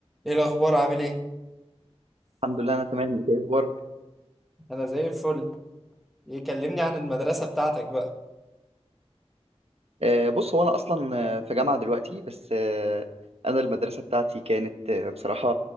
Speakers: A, in the centre; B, on the right.
A: ايه الاخبار عامل ايه
B: الحمد لله انا تمام انت إيه اخبارك
A: انا زي الفل يكلمني عن المدرسه بتاعتك بقى
B: آه، بص هو انا اصلا آه، في جامعه دلوقتي بس آه، انا المدرسه بتاعتي كانت آه، بصراحه